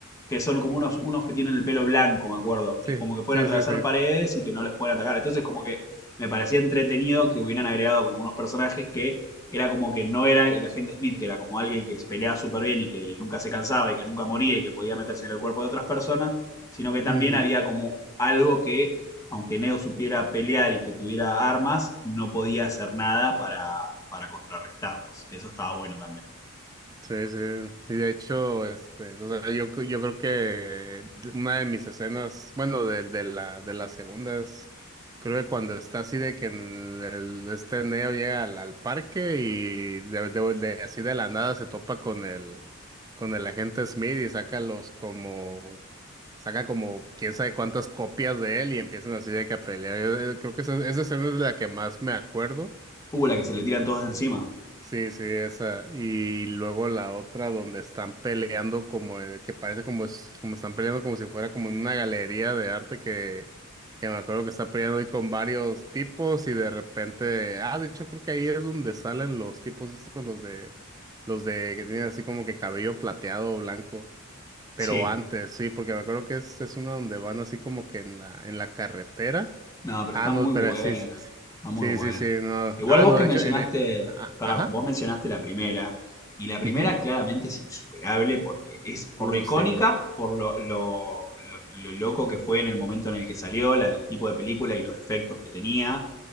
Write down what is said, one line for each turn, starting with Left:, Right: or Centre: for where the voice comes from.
Left: que son como unos, unos que tienen el pelo blanco, me acuerdo,
Right: Sí,
Left: y como que pueden
Right: sí,
Left: atravesar
Right: sí, sí.
Left: paredes y que no les pueden atacar. Entonces, como que me parecía entretenido que hubieran agregado como unos personajes que era como que no era el agente Smith, que era como alguien que peleaba súper bien y que nunca se cansaba y que nunca moría y que podía meterse en el cuerpo de otras personas, sino que también
Right: Ujú.
Left: había como algo que, aunque Neo supiera pelear y que tuviera armas, no podía hacer nada para, para contrarrestarlos. Eso estaba bueno también.
Right: Sí, sí. Y de hecho, este, o sea, yo, cre- yo creo que una de mis escenas, bueno, de, de la, de la segunda es, creo que cuando está así de que en el, este Neo llega al, al parque y de, de- de- así de la nada se topa con el, con el agente Smith y saca los como, saca como quién sabe cuántas copias de él y empiezan así de que a pelear. Yo, eh, creo que esa, esa escena es de la que más me acuerdo.
Left: Uh, la que se le tiran todos encima.
Right: Sí, sí, esa. Y luego la otra donde están peleando como eh, que parece como es, como están peleando como si fuera como en una galería de arte que, que me acuerdo que está peleando ahí con varios tipos y de repente, ah, de hecho creo que ahí es donde salen los tipos estos, los de, los de que tienen así como que cabello plateado o blanco. Pero
Left: Sí,
Right: antes, sí, porque me acuerdo que es, es una donde van así como que en la, en la carretera.
Left: No, pero
Right: Ah,
Left: está
Right: no,
Left: muy
Right: pero
Left: buena,
Right: sí, sí,
Left: está muy
Right: sí,
Left: buena.
Right: sí, sí, no.
Left: Igual
Right: Ah,
Left: vos
Right: no,
Left: que
Right: de
Left: mencionaste,
Right: hecho, en, e- ah,
Left: para,
Right: ajá.
Left: vos mencionaste la primera, y la primera
Right: Ujú.
Left: claramente es insuperable porque es por
Right: Uh,
Left: lo icónica,
Right: sí,
Left: por lo, lo, lo- lo loco que fue en el momento en el que salió, la- el tipo de película y los efectos que tenía,